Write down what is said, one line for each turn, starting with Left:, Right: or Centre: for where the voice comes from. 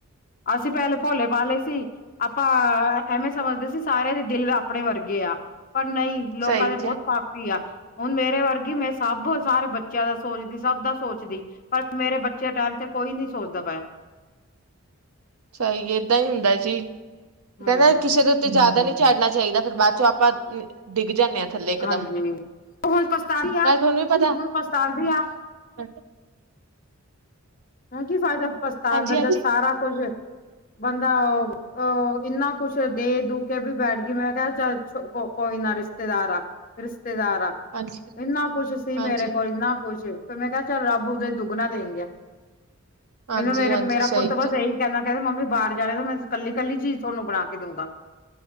Left: ਅਸੀਂ ਪਹਿਲੇ ਭੋਲੇ ਪਾਲਏ ਸੀ ਆਪਾਂ ਐਵੇਂ ਸਮਝਦੇ ਸੀ ਸਾਰਿਆਂ ਦੇ ਦਿਲ ਆਪਣੇ ਵਰਗੇ ਆ ਪਰ ਨਹੀਂ ਲੋਕਾਂ
Right: ਸਹੀ
Left: ਦੇ
Right: ਕਿਹਾ
Left: ਬਹੁਤ ਪਾਪੀ ਆ ਹੁਣ ਮੇਰੇ ਵਰਗੀ ਮੈਂ ਸਭ ਸਾਰੇ ਬੱਚਿਆਂ ਦਾ ਸੋਚਦੀ ਸਭ ਦਾ ਸੋਚਦੀ ਪਰ ਮੇਰੇ ਬੱਚੇ ਟਾਈਮ ਤੇ ਕੋਈ ਨੀ ਸੋਚਦਾ ਪਾਇਆ
Right: ਸਹੀ ਏਦਾਂ ਹੀ ਹੁੰਦਾ ਜੀ
Left: ਹੂੰ
Right: ਕਹਿੰਦਾ ਕਿਸੇ ਦੇ ਉੱਤੇ ਜ਼ਿਆਦਾ ਨਹੀਂ ਚੜਨਾ ਚਾਹੀਦਾ ਫਿਰ ਬਾਅ'ਚੋਂ ਆਪਾਂ ਡਿੱਗ ਜਾਂਨੇ ਆ ਥੱਲੇ ਇਕਦਮ,
Left: ਹਾਂਜੀ ਹੁਣ ਪਛਤਾਉਂਦੀ ਆ
Right: ਨਾਲੇ ਥੋਨੂੰ ਵੀ ਪਤਾ
Left: ਹੁਣ ਪਛਤਾਉਂਦੀ ਆ
Right: ਖਾੰਡ
Left: ਹੁਨ ਕੀ ਫ਼ਾਇਦਾ ਪਛਤਾਨ
Right: ਹਾਂਜੀ
Left: ਦਾ ਜਦ
Right: ਹਾਂਜੀ
Left: ਸਾਰਾ ਕੁਝ ਬੰਦਾ ਅ, ਇੰਨਾ ਕੁਛ ਦੇਦੁ ਕੇ ਵੀ ਬੈਠ ਕਿਵੇੈਂ ਕਿਹਾ ਚੱਲ ਕੋ ਕੋਈ ਨਾ ਰਿਸ਼ਤੇਦਾਰ ਆ ਰਿਸ਼ਤੇਦਾਰ ਆ
Right: ਹਾਂਜੀ
Left: ਇੰਨਾ ਕੁਛ ਸੀ
Right: ਹਾਂਜੀ
Left: ਮੇਰੇ ਕੋਲ ਇੰਨਾ ਕੁਛ ਫਿਰ ਮੈਂ ਕਿਹਾ ਚੱਲ ਰੱਬ ਉਹਦੇ ਦੁੱਗਣਾ ਦੇਣਗੇ
Right: ਹਾਂਜੀ
Left: ਮੈਨੂੰ ਮੇਰੇ
Right: ਹਾਂਜੀ
Left: ਮੇਰਾ
Right: ਸਹੀ
Left: ਪੁੱਤ
Right: ਕਿਹਾ
Left: ਬਸ ਇਹੀ ਕਹਿੰਦਾ ਕਹਿੰਦੇ ਮੰਮੀ ਬਾਹਰ ਜਾਣੇ ਤਾਂ ਮੈਂ ਕੱਲੀ ਕੱਲੀ ਚੀਜ਼ ਤੁਹਾਨੂੰ ਬਣਾ ਕੇ ਦਊਗਾ